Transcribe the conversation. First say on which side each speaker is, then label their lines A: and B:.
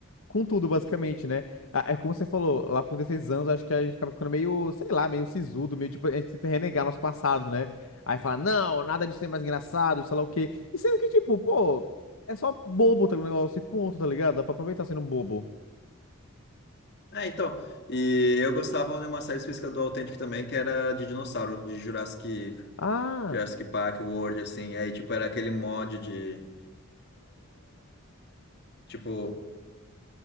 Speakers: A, on the left (about 70°); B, on the left (about 50°).
A: com tudo, basicamente, né? Ah, É como você falou, lá por 16 anos, acho que a gente acaba ficando meio, sei lá, meio sisudo, meio tipo, a gente tenta renegar nosso passado, né? Aí fala, não, nada disso é mais engraçado, sei lá o quê. E sendo que, tipo, pô, é só bobo tá, o negócio e ponto, tá ligado? Dá pra aproveitar sendo bobo.
B: É, então. E eu gostava de uma série específica do Authentic também, que era de dinossauro, de Jurassic,
A: Ah,
B: Jurassic Park World, assim. Aí, tipo, era aquele mod de, tipo,